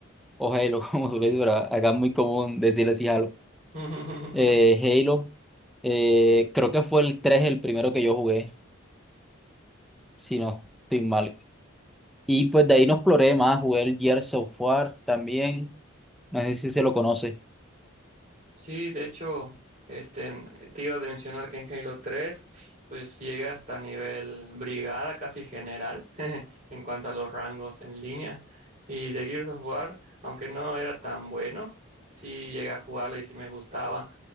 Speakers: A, in the centre; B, on the right.
A: o Halo, <laughs> como tú le dices, pero acá es muy común decirle así Halo.
B: <laughs>
A: Eh, Halo, eh, creo que fue el 3 el primero que yo jugué, si no estoy mal. Y pues de ahí no exploré más, jugué el Gears of War también, no sé si se lo conoce.
B: Sí, de hecho, este, te iba a mencionar que en Halo 3, pues llega hasta nivel brigada, casi general, <laughs> en cuanto a los rangos en línea. Y de Gears of War, aunque no era tan bueno, sí llegué a jugarlo y sí me gustaba.